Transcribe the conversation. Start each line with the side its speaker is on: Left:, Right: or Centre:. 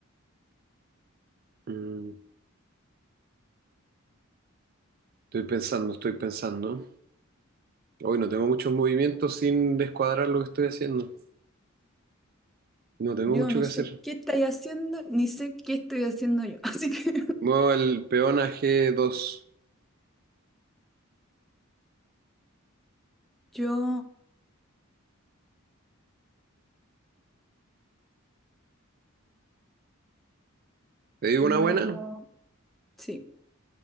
Right: Mm, estoy pensando, estoy pensando. Hoy no tengo muchos movimientos sin descuadrar lo que estoy haciendo. No tengo
Centre: Yo
Right: mucho
Centre: no
Right: que
Centre: sé
Right: hacer.
Centre: qué estáis haciendo, ni sé qué estoy haciendo yo. Así que
Right: Muevo el peón a g dos
Centre: <laughs> yo
Right: ¿Te digo
Centre: muevo,
Right: una buena?
Centre: sí,